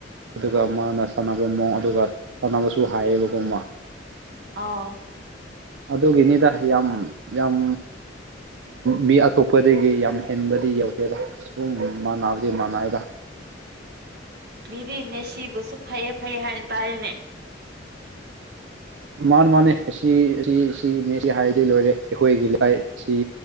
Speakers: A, on the right; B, on the right.
A: ꯑꯗꯨꯒ ꯃꯥꯅ ꯁꯥꯟꯅꯕ ꯃꯑꯣꯡ ꯑꯗꯨꯒ ꯁꯥꯟꯅꯕꯁꯨ ꯍꯥꯏꯌꯦꯕꯀꯣ ꯃꯥ
B: ꯑꯥ
A: ꯑꯗꯨꯒꯤꯅꯤꯗ ꯌꯥꯝ ꯌꯥꯝ ꯃꯤ ꯑꯇꯣꯞꯄꯗꯒꯤ ꯌꯥꯝ ꯍꯦꯟꯕꯗꯤ ꯌꯧꯗꯦꯕ ꯁꯨꯝ ꯃꯥꯟꯅꯕꯗꯤ ꯃꯥꯟꯅꯩꯗ
B: ꯃꯤꯗꯤ ꯃꯦꯁꯤꯕꯨꯁꯨ ꯐꯩꯌꯦ ꯐꯩꯌꯦ ꯍꯥꯏꯅ ꯇꯥꯏꯅꯦ
A: ꯃꯥꯅꯦ ꯃꯥꯅꯦ ꯑꯁꯤ ꯑꯁꯤ ꯁꯤ ꯍꯥꯏꯗꯤ ꯂꯣꯏꯔꯦ ꯑꯩꯈꯣꯏꯒꯤ ꯂꯥꯏ ꯁꯤ